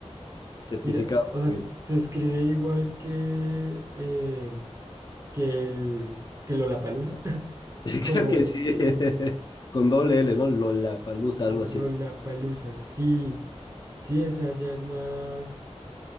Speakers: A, on the left; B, on the right.
A: Certificado.
B: Mira, o sea,
A: por mí.
B: se escribe igual que, eh, que el que Lollapalooza, <laughs>
A: <laughs>
B: como
A: Creo que sí. <laughs> Con doble L, ¿no? Lollapalooza, algo
B: Lollapalooza,
A: así.
B: sí, sí, esa ya es más.